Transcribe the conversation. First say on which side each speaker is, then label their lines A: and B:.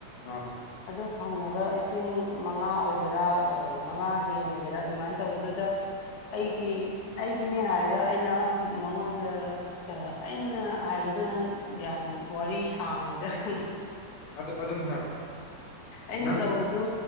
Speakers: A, on the left; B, on the left.
A: ꯑꯥ
B: ꯑꯗꯨ__ ꯍꯪꯉꯒ ꯏꯁꯤꯡ ꯃꯉꯥ ꯑꯣꯏꯒꯦꯔꯥ ꯃꯉꯥ ꯍꯦꯜꯂꯒꯦꯔꯥ ꯑꯗꯨꯃꯥꯏꯅ ꯇꯧꯕꯗꯨꯗ__ ꯑꯩꯒꯤ ꯑꯩꯒꯤꯅꯤ ꯍꯥꯏꯔꯒ ꯑꯩꯅ ꯃꯉꯣꯟꯗ__ ꯑ ꯑꯩꯅ ꯍꯥꯏꯕꯗꯣ ꯅꯪ ꯒ꯭ꯌꯥꯟ ꯋꯥꯔꯤ ꯁꯥꯡꯒꯗ꯭ꯔꯥ ꯈꯪꯗꯦ
A: ꯑꯗꯨ ꯑꯗꯨꯝ ꯍꯥꯏ
B: ꯑꯩꯅ
A: ꯅꯪ
B: ꯇꯧꯕꯗꯨ